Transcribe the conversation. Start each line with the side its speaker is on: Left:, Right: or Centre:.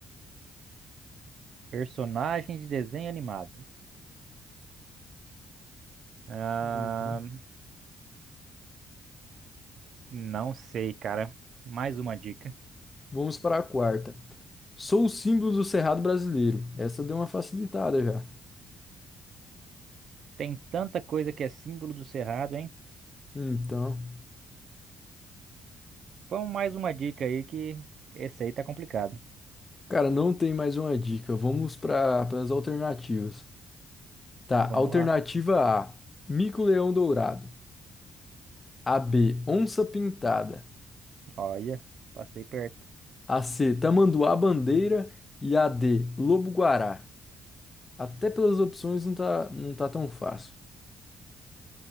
Right: Personagem de desenho animado. Ah,
Left: Uhum.
Right: não sei, cara. Mais uma dica.
Left: Vamos para a quarta. Sou o símbolo do Cerrado brasileiro. Essa deu uma facilitada já.
Right: Tem tanta coisa que é símbolo do cerrado, hein?
Left: Então,
Right: Vamos mais uma dica aí que esse aí tá complicado.
Left: cara, não tem mais uma dica. Vamos para as alternativas. Tá,
Right: Vamos
Left: alternativa
Right: lá.
Left: A, mico-leão dourado. A B, onça pintada.
Right: Olha, passei perto.
Left: A C, tamanduá bandeira e a D, lobo-guará. Até pelas opções não tá, não tá tão fácil.